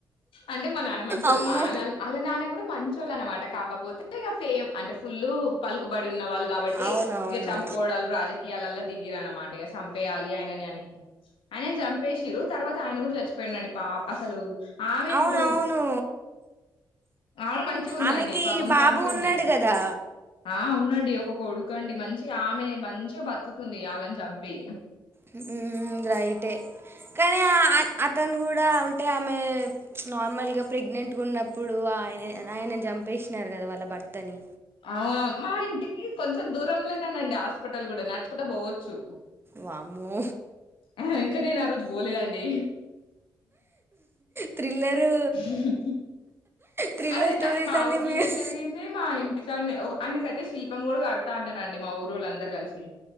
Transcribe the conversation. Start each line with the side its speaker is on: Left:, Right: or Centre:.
Left: అంటే మా నాన్న మంచోళ్ళు
Right: అమ్మో
Left: ఆ నా ఆళ్ళ నాన్న గుడా మంచోళ్ళు అన్నమాట కాకపోతే ఇగ ఫేమ్ అంటే ఫుల్ పలుకుబడి ఉన్ న్న వాళ్ళు కాబట్టి
Right: అవునవును
Left: ఇగ చంపకోవడాలు రాజకీ ఏళ్లల దిగిరన్న మాట ఇగ చంపేయాలి ఆయనని అని ఆయనని చంపేషిరు తర్వా త ఆయన కూడా చచ్చిపోయినండి పాప అసలు ఆమె
Right: అవునవును
Left: ఇప్పుడు ఆమె మంచిగ ఉందండి
Right: ఆమెకి
Left: పాపం
Right: బాబు
Left: చంపింది
Right: ఉన్నాడు కదా
Left: ఆ అవునండి ఒక కోడు కండి మంచిగ ఆమె మంచిగా బతుకుతుంది వాళ్ళని చంపి
Right: హమ్ రైటే కానీ ఆ అతను కూడా అంటే ఆమె నార్మల్గా ప్రెగ్నెంట్గా ఉన్నప్పుడు ఆయన ఆయన చంపేసినారు కదా వాళ్ళ భర్తని
Left: అవును మా ఇంటికి కొంచెం దూరంలోనేనండి హాస్పిటల్ కూడా నడుచుకుంట పోవచ్చు
Right: వామ్మో
Left: ఆ ఇంకా నేను ఆ రోజు పోలేదండి
Right: థ్రిల్లరు
Left: హ్మ్మ్
Right: థ్రిల్లర్
Left: అదే
Right: స్టోరీస్
Left: అది మా
Right: అంటే
Left: ఊర్లోనే
Right: మేము
Left: జరిగింది మా ఇంటికన్నే ఓ అయనకయితే శిల్పం కూడా కడుతా అన్నరండి మా ఊరోళ్ళు అందరూ కలిసి